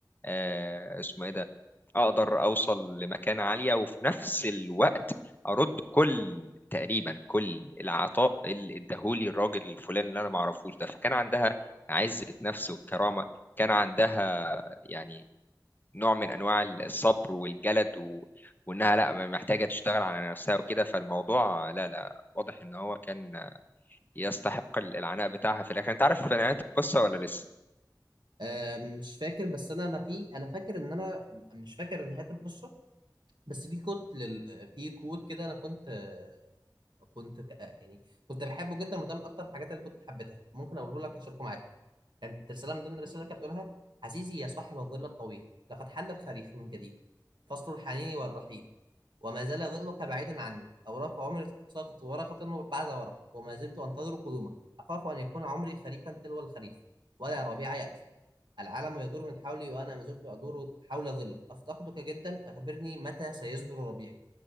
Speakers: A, on the left; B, on the right.
A: آه اسمه إيه ده اقدر اوصل لمكانة عالية وفي نفس الوقت ارد كل تقريبا كل العطاء اللي اداهولي الراجل الفلاني اللي انا ما اعرفوش ده فكان عندها عزة نفس وكرامة كان عندها يعني نوع من انواع الصبر والجلد و... وانها لا محتاجة تشتغل على نفسها وكده فالموضوع لا لا واضح ان هو كان يستحق العناء بتاعها في الاخر انت عارف نهاية القصة ولا لسه
B: آه، مش فاكر بس أنا أنا في أنا فاكر إن أنا مش فاكر نهاية القصة بس في كود لل... في كود كده أنا كنت آه، كنت ت- آه، يعني كنت بحبه جدا وده من أكتر الحاجات اللي كنت حبيتها ممكن أقوله لك أشاركه معاك كانت رسالة من ضمن الرسائل اللي كانت بتقولها عزيزي يا صاحب الظل الطويل لقد حل الخريف من جديد فصل الحنين والرحيل وما زال ظلك بعيد عني أوراق عمري تتساقط ورقة بعد ورقة وما زلت أنتظر قدومك أخاف أن يكون عمري خريفا تلو الخريف ولا الربيع يأتي العالم يدور من حولي وأنا ما زلت أدور حول ظلك أفتقدك جدا أخبرني متى سيزهر ربيعي